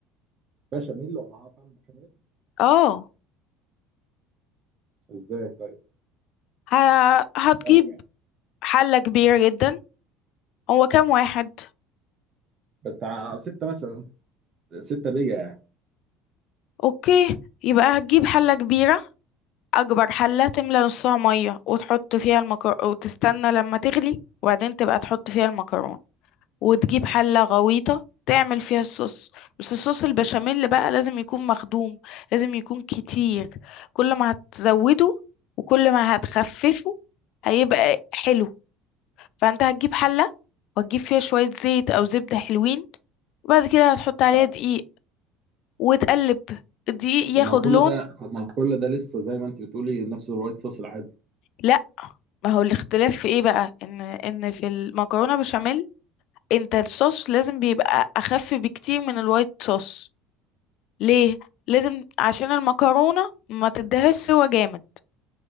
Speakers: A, on the right; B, on the left.
A: بشاميل وانا هعرف اعمل بشاميل
B: اه
A: ازاي طيب
B: ه... هتجيب
A: الفرق يعني
B: حلة كبيرة جدا هو كام واحد
A: بتاع ستة مثلا ستة بيا يعني
B: اوكي يبقى هتجيب حلة كبيرة اكبر حلة تملى نصها مية وتحط فيها المكر... وتستنى لما تغلي وبعدين تبقى تحط فيها المكرونة وتجيب
A: ماشي.
B: حلة غويطة تعمل فيها الصوص بس الصوص البشاميل بقى لازم يكون مخدوم لازم يكون كتير كل ما هتزوده وكل ما هتخففه هيبقى حلو فانت هتجيب حلة وتجيب فيها شوية زيت او زبدة حلوين وبعد كده هتحط عليها
A: اه
B: دقيق وتقلب الدقيق ياخد
A: طب ما هو كل
B: لون
A: ده طب ما هو كل ده لسه زي ما انت بتقولي نفس الوايت صوص العادي
B: لأ، ما هو الاختلاف في إيه بقى، إن إن في المكرونة بشاميل أنت الsauce لازم بيبقى أخَف بكتير من الwhite sauce ليه؟ لازم عشان المكرونة ما تدّيهاش سِوَى جامد،